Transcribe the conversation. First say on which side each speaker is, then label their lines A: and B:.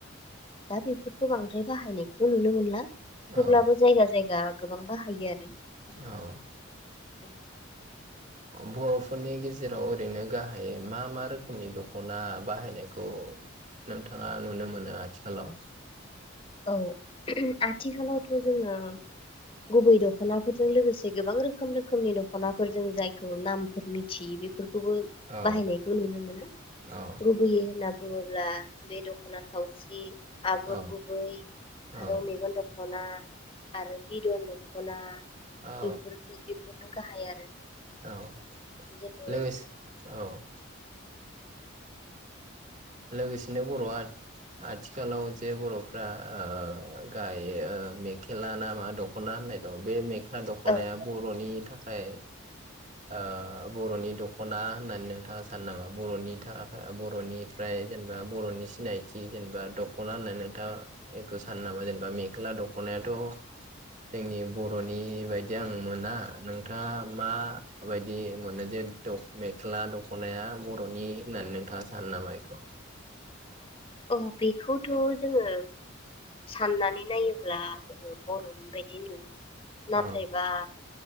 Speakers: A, on the left; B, on the right.
A: दा बेफोरखौ बांद्राय बाहायनायखौ नुनो मोनला थेउब्लाबो
B: औ
A: जायगा जायगा गोबां बाहायो आरो
B: औ
A: <inaudible>
B: बर'फोरनि गेजेराव ओरैनो गाहाय मा मा रोखोमनि दख'ना बाहायनायखौ नोंथाङा नुनो मोनो आथिखालाव
A: औ आथिखालावथ' जोङो गुबै दख'नाफोरजों लोगोसे गोबां रोखोम रोखोमनि दख'नाफोरजों जायखौ नामफोर मिथियै बेफोर खौबो
B: औ
A: बाहायनायखौ नुनो मोना
B: औ
A: लुबैयि होनना बुङोब्ला बे दखाना थावसि आगरगु
B: औ
A: गुबै आरो
B: औ
A: मेगन दख'ना आरो बिदन दख खना
B: औ
A: बेफोर-बेफोरनो गाहाय आरो
B: औ औ
A: जोंङो
B: लोगोसे
A: <inaudible>
B: औ लोगोसेनो बर'आ आथिखालाव जे बर'फ्रा ओ गायो मेखेला ना मा दख'ना होननाय दं बे मेख ख्ला दख'नाया
A: औ
B: बर'नि थाख खाय ओ बर'नि दख'ना होननानै नोंथाङा सानो नामा बरनि था बर'नि ओमफ्राय जेनेबा बर'नि सिनायथि जेनेबा दख'ना होननानै नोंथाङा बेखौ सानो नामा जेनेबा मेख्ला दख'नायाथ' जोंनि बर'नि बायदि आं मोना नोंथाङा माबायदि मोनो जे मेख्ला दख'नाया बर'नि होननानै नोंथाङा सानो नामा ए खौ
A: औ बेखौथ' जोङो साननानै नायोब्ला जोङो बर'नि बायदि नुवा नाथायबा
B: औ